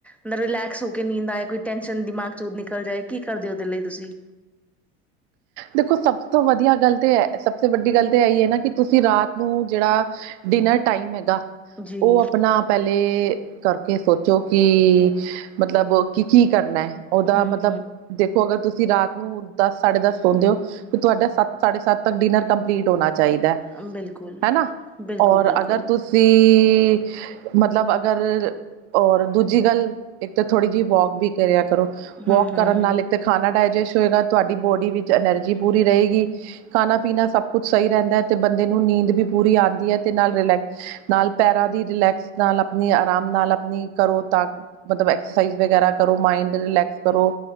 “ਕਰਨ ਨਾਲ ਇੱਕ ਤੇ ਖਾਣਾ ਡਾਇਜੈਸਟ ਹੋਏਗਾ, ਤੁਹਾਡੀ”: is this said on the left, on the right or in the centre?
Right